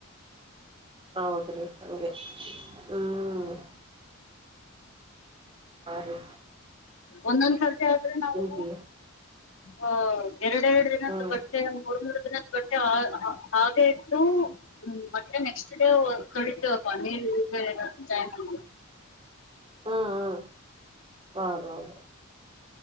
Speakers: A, on the right; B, on the left.
A: ಆದ್ರೆ ಹಂಗೆ ಹ್ಮ ಸರಿ.
B: ಒಂದೊಂದ್ಸರ್ತಿ ಆದ್ರೆ ನಾವು
A: ಬಿ
B: ಅ ಎರಡೆರಡ ದಿನ
A: ಹ್ಮ್
B: ತುಗೋ ಮತ್ತೆ ಮೂರ್ ಮೂರ ದಿನದ ಬಟ್ಟೆ ಹಾ ಹಾಗೆ ಇಟ್ಟು ಹ್ಮ ಮತ್ತೆ ನೆಕ್ಸ್ಟ್ ಡೇ ತೊಳೆತೇವೆ ಅಕ್ಕ ನೀರ ಇಲ್ದೆ ಟೈಮಲ್ಲಿ ಇರೋ
A: ಹಾ ಹಾ ಹದ ಹೌದ.